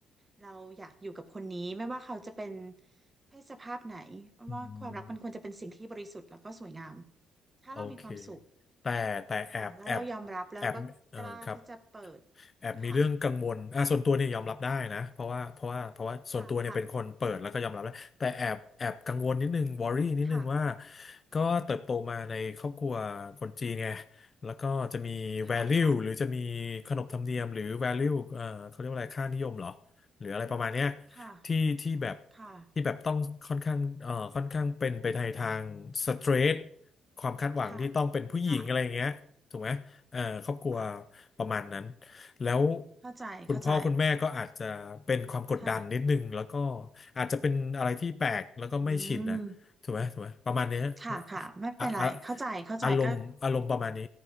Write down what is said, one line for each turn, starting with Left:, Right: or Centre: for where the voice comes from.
Right: เราอยากอยู่กับคนนี้ไม่ว่าเขาจะเป็นเพศสภาพไหนอ้อมว่าความรักมันควรจะเป็นสิ่งที่บริสุทธิ์แล้วก็สวยงาม
Left: อืม
Right: ถ้าเรามีความสุข
Left: โอเคแต่แต่แอบแอบ
Right: ค่ะแล้วเรายอมรับแล้วก็กล้าที่จะเปิด
Left: แอบเออครับ แอบมีเรื่องกังวลอ่ะส่วนตัวเนี่ยยอมรับได้นะ
Right: ค่ะ
Left: เพราะว่าเพราะว่าเพราะว่าส่วนตัวเนี่ยเป็นคนเปิดแล้วก็ยอมรับแล้วแต่แอบแอบกังวลนิดนึงวอรี่นิดนึงว่า
Right: ค่ะค่ะ ค่ะ
Left: ก็เติบโตมาในครอบครัวคนจีนไงแล้วก็จะมี
Right: ค่ะค่ะ
Left: value หรือจะมีขนบธรรมเนียมหรือ value เอ่อเขาเรียกว่าอะไรค่านิยมเหรอ หรืออะไรประมาณเนี้ย
Right: ค่ะ
Left: ที่ที่แบบ
Right: ค่ะ
Left: ที่แบบต้องค่อนข้างเอ่อค่อนข้างเป็นไปในทางสเตรทความคาดหวังที่ต้องเป็นผู้หญิงอะไรอย่างเงี้ยถูกไหมเอ่อครอบครัว
Right: ค่ะค่ะค่ะอืม
Left: ประมาณนั้น แล้ว
Right: เข้าใจ
Left: คุณพ่อคุณแม่ก็อาจจะเป็นความกดดันนิดนึงแล้วก็
Right: เข้าใจค่ะ
Left: อาจจะเป็นอะไรที่แปลกแล้วก็ไม่ชินนะถูกไหมถูกไหมประมาณเนี้ย
Right: อืมค่ะค่ะไม่เป็นไร
Left: อะอะ
Right: เข้าใจเข้าใจก็
Left: อารมณ์อารมณ์ประมาณนี้